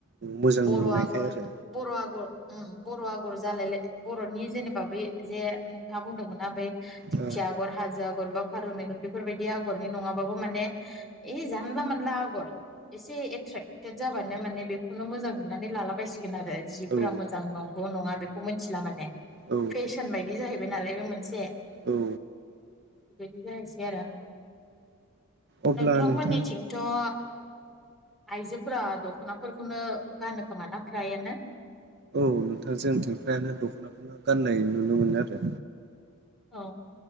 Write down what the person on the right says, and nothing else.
मोजां
नुनायखाय
आरो
औ
औ
औ
औ
अब्ला
नोंथां
औ नोंथां जोंथिंफ्रायानो दखनाखौनो गाननाय नुनो मोनो आरो